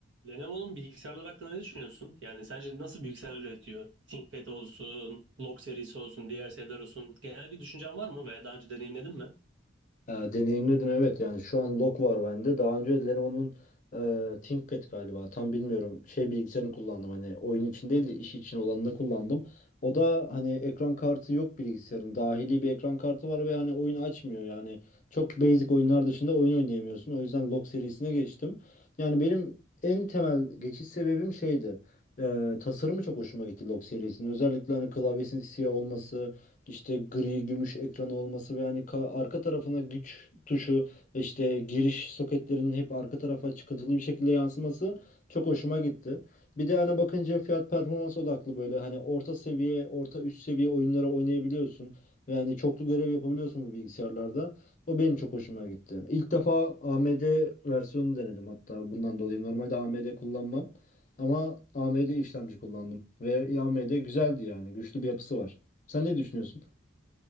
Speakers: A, on the right; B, on the left.
A: Lenovo'nun bilgisayarları hakkında ne düşünüyorsun? Yani sence nasıl bilgisayar üretiyor? ThinkPad olsun, Log serisi olsun, diğer seriler olsun. Genel bir düşüncen var mı veya daha önce deneyimledin mi?
B: E, deneyimledim evet yani şu an Log var bende. Daha önce Lenovo'nun e, ThinkPad galiba tam bilmiyorum şey bilgisayarını kullandım hani oyun için değil de iş için olanını kullandım. O da hani ekran kartı yok bilgisayarın dahili bir ekran kartı var ve hani oyun açmıyor yani çok basic oyunlar dışında oyun oynayamıyorsun. O yüzden Log serisine geçtim. Yani benim en temel geçiş sebebim şeydi. E, tasarımı çok hoşuma gitti Log serisinin. Özellikle hani klavyesinin siyah olması, işte gri gümüş ekranı olması ve hani ka- arka tarafına güç tuşu işte giriş soketlerinin hep arka tarafa çıkıntılı bir şekilde yansıması çok hoşuma gitti. Bir de ana bakınca fiyat performans odaklı böyle hani orta seviye, orta üst seviye oyunlara oynayabiliyorsun. Ve hani çoklu görev yapabiliyorsun bu bilgisayarlarda. O benim çok hoşuma gitti. İlk defa AMD versiyonunu denedim hatta bundan dolayı. Normalde AMD kullanmam ama AMD işlemci kullandım ve AMD güzeldi yani güçlü bir yapısı var. Sen ne düşünüyorsun?